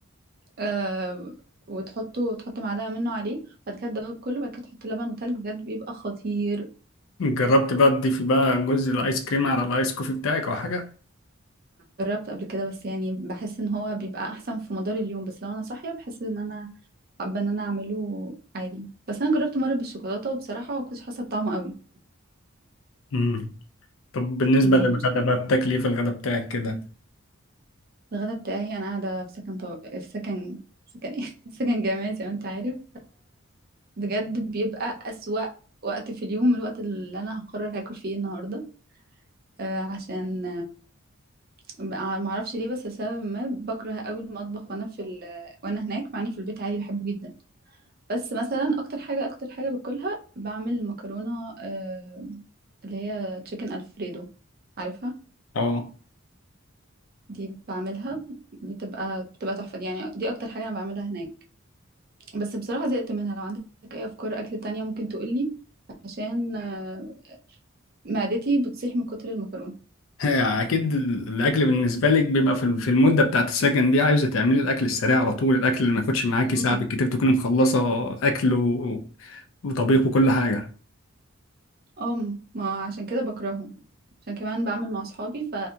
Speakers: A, on the right; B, on the left.
A: آه وتحطه تحط معلقه منه عليه بعد كده تدوب كله بعد كده تحط لبن وتلج بجد بيبقى خطير
B: جربت بقى تضيفي بقى جزء الايس كريم على الايس كوفي بتاعك او حاجه
A: جربت قبل كده بس يعني بحس ان هو بيبقى احسن في مدار اليوم بس لو انا صاحيه بحس ان انا حابة ان انا اعمله عادي بس انا جربت مرة بالشوكولاتة وبصراحة ما كنتش حاسة بطعمه قوي
B: امم طب بالنسبه
A: م-
B: للغدا بقى بتاكلي ايه في الغدا بتاعك كده
A: الغدا بتاعي انا قاعدة في سكن طو... في سكن سكن ايه <laughs> سكن جامعي زي ما انت عارف فبجد بيبقى أسوأ وقت في اليوم الوقت اللي انا هقرر هاكل فيه النهاردة آه، عشان ما اعرفش ليه بس لسبب ما بكره قوي المطبخ وانا في ال... وانا هناك مع اني في البيت عادي بحبه جدا بس مثلا اكتر حاجه اكتر حاجه باكلها بعمل مكرونه آه، اللي هي تشيكن الفريدو عارفها
B: اه
A: دي بعملها بتبقى بتبقى تحفة دي يعني دي اكتر حاجة انا بعملها هناك بس بصراحة زهقت منها لو عندك اي افكار اكل تانية ممكن تقولي عشان آه، معدتي بتصيح من كتر المكرونة
B: <laughs> اكيد الاكل بالنسبه لك بيبقى في في المده بتاعت السكن دي عايزه تعملي الاكل السريع على طول الاكل اللي ما ياخدش معاكي
A: مم.
B: ساعه بالكتير تكوني مخلصه اكل و... وطبيخ وكل حاجه
A: اه ما عشان كده بكرههم عشان كمان بعمل مع اصحابي ف...